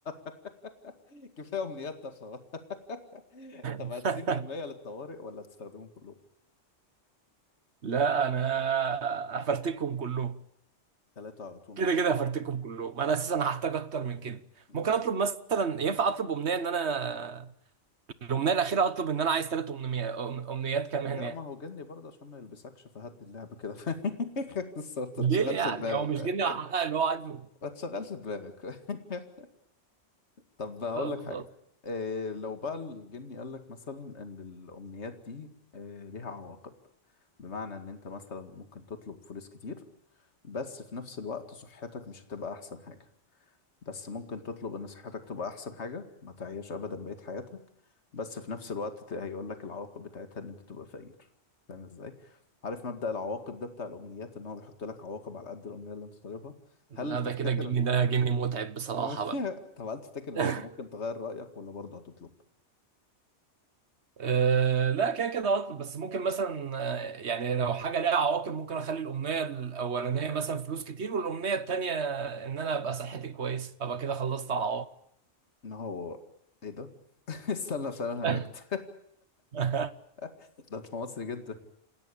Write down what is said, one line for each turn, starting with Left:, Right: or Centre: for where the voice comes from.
Left: <laughs> كفاية أمنيات تافهة <laughs> طب
Right: <laughs>
Left: هتسيب أمنية للطوارئ ولا هتستخدمهم كلهم؟
Right: لا انا افرتكهم كلهم
Left: ثلاثة على طول
Right: كده
Left: مفيش
Right: كده
Left: حاجة
Right: هفرتكم
Left: خالص، ها؟
Right: كلهم انا اساسا هحتاج اكتر من كده
Left: مم.
Right: ممكن اطلب مثلا ينفع اطلب امنيه ان انا الامنيه الاخيره اطلب ان انا عايز ثلاث امنيات امنيات كمان
Left: لا
Right: يعني
Left: ما هو جني برضه عشان ما يلبسكش فهد اللعبة كده <laughs> بس ما تشغلش
Right: ليه يعني
Left: دماغك
Right: هو مش
Left: بقى
Right: جني هحقق اللي هو عايزه
Left: ما تشغلش دماغك <laughs> طب هقول
Right: طب
Left: لك
Right: خلاص
Left: حاجة إيه لو بقى الجني قال لك مثلا ان الامنيات دي إيه ليها عواقب بمعنى ان انت مثلا ممكن تطلب فلوس كتير بس في نفس الوقت صحتك مش هتبقى احسن حاجة بس ممكن تطلب ان صحتك تبقى احسن حاجة ما تعيش ابدا بقية حياتك بس في نفس الوقت هيقول لك العواقب بتاعتها ان انت تبقى فقير فاهم ازاي عارف مبدأ العواقب ده بتاع الامنيات ان هو بيحط لك عواقب على قد الامنية اللي انت طالبها
Right: لا
Left: هل تفتكر
Right: ده كده الجني ده جني متعب بصراحه
Left: <laughs>
Right: بقى
Left: طب هل تفتكر
Right: <laughs>
Left: ان انت ممكن تغير رأيك ولا برضه هتطلب
Right: أه لا كده كده هطلب بس ممكن مثلا آه، يعني لو حاجه ليها عواقب ممكن اخلي الامنيه الاولانيه مثلا فلوس كتير والامنيه التانيه ان انا ابقى صحتي كويسه ابقى كده خلصت على
Left: ان هو ايه ده <laughs> استنى عشان انا هنكت
Right: العواقب <laughs>
Left: <laughs> ده انت مصري جدا